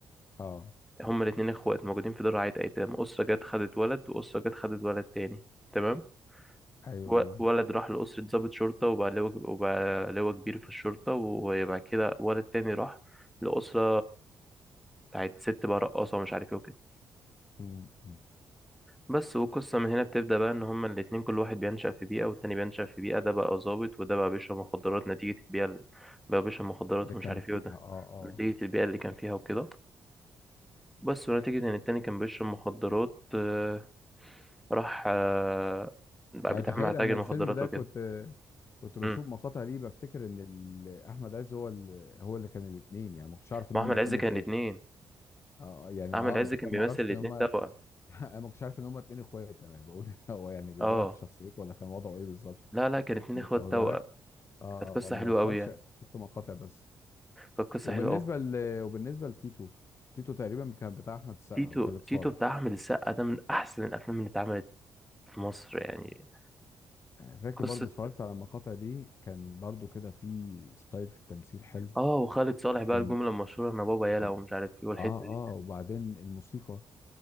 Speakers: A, on the left; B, in the centre.
A: اه
B: هما الاتنين اخوات موجودين في دار رعاية ايتام اسره جت خدت ولد واسره جت خدت ولد تاني تمام
A: ايوه
B: و-
A: ايوه
B: ولد راح لأسرة ضابط شرطة وبقى لواء وبقى لواء كبير في الشرطة وبعد كده ولد تاني راح لأسرة بتاعت ست بقى رقاصة ومش عارف ايه وكده
A: م- م.
B: بس والقصة من هنا بتبدأ بقى إن هما الاتنين كل واحد بينشأ في بيئة والتاني بينشأ في بيئة ده بقى ظابط وده بقى بيشرب مخدرات نتيجة البيئة ال- بقى بيشرب مخدرات
A: اللي
B: ومش
A: كان
B: عارف
A: فيها
B: إيه وده
A: اه اه
B: نتيجة البيئة اللي كان فيها وكده بس ونتيجة إن التاني كان بيشرب مخدرات آه، راح آه، بقى
A: يعني
B: بيتعامل
A: تخيل
B: مع تاجر
A: انا الفيلم
B: مخدرات
A: ده
B: وكده
A: كنت كنت بشوف
B: امم
A: مقاطع ليه بفتكر ان ال- احمد عز هو ال... هو اللي كان الاثنين يعني ما كنتش عارف ان
B: وأحمد
A: هم اتنين
B: عز كان
A: اخوات
B: الاتنين
A: اه آه، يعني
B: أحمد
A: اه
B: عز
A: انت
B: كان
A: فاهم
B: بيمثل
A: ما اعرفش
B: الاتنين
A: ان هم <laughs>
B: توأم
A: انا ما كنتش عارف ان هم اتنين اخوات انا بقول <laughs> هو يعني بيغير
B: اه
A: في شخصيته ولا كان وضعه ايه بالظبط
B: لا لا كان اتنين
A: انت
B: إخوات
A: واخد
B: توأم
A: بالك اه
B: كانت قصة
A: آه، آه، ما
B: حلوة
A: أنا ما اتفرجتش
B: أوي يعني
A: على- شفت مقاطع بس
B: كانت قصة
A: وبالنسبه
B: حلوة أوي
A: ل... وبالنسبه لتيتو تيتو تقريبا كان بتاع احمد السقا
B: تيتو
A: وخالد صالح
B: تيتو بتاع أحمد السقا ده من أحسن الأفلام اللي اتعملت في مصر يعني
A: يعني فاكر
B: قصة
A: برضو اتفرجت على المقاطع دي كان برضو كده في ستايل في التمثيل حلو
B: اه وخالد صالح بقى
A: كان
B: الجملة المشهورة انا بابا يلا
A: اه
B: ومش عارف ايه والحتة
A: اه
B: دي
A: اه وبعدين الموسيقى